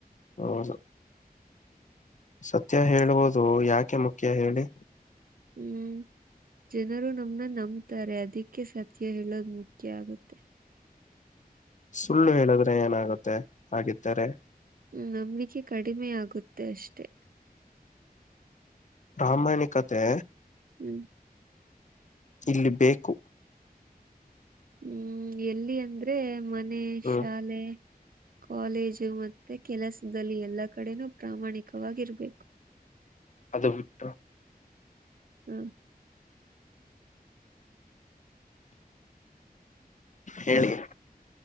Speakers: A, on the left; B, on the right.
A: ಹೌದು ಸತ್ಯ ಹೇಳುವುದು ಯಾಕೆ ಮುಖ್ಯ ಹೇಳಿ
B: ಹ್ಮ್ ಜನರು ನಮ್ಮನ ನಂಬತಾರೆ ಅದಕ್ಕೆ ಸತ್ಯ ಹೇಳೋದು ಮುಖ್ಯ ಆಗುತ್ತೆ
A: ಸುಳ್ಳು ಹೇಳದ್ರೆ ಏನಾಗುತ್ತೆ ಆಗಿದ್ದೇರೆ
B: ನಂಬಿಕೆ ಕಡಿಮೆ ಆಗುತ್ತೆ ಅಷ್ಟೆ
A: ಪ್ರಾಮಾಣಿಕತೆ
B: ಹ್ಮ್
A: ಇಲ್ಲಿ ಬೇಕು
B: ಹ್ಮ್ ಎಲ್ಲಿ ಅಂದ್ರೆ ಮನೆ
A: ಹ್ಮ್
B: ಶಾಲೆ. ಕಾಲೇಜು ಮತ್ತೆ ಕೆಲಸದಲ್ಲಿ ಎಲ್ಲಾ ಕಡೆನೂ ಪ್ರಾಮಾಣಿಕವಾಗಿರ್ಬೇಕು
A: ಅದು ಬಿಟ್ಟು
B: ಹ್ಮ್
A: ಹೇಳಿ